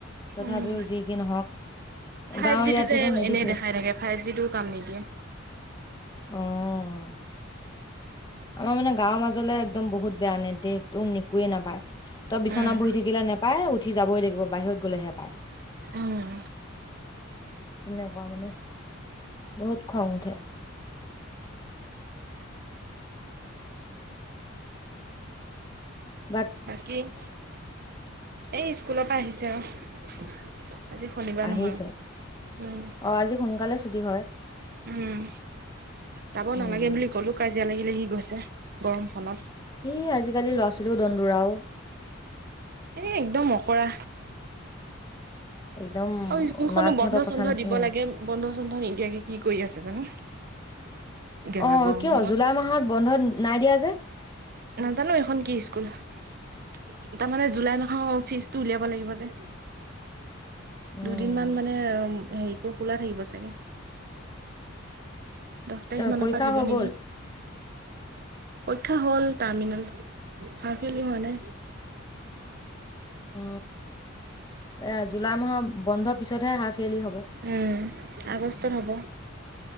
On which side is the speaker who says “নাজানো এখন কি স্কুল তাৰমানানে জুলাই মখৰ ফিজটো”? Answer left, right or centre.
Right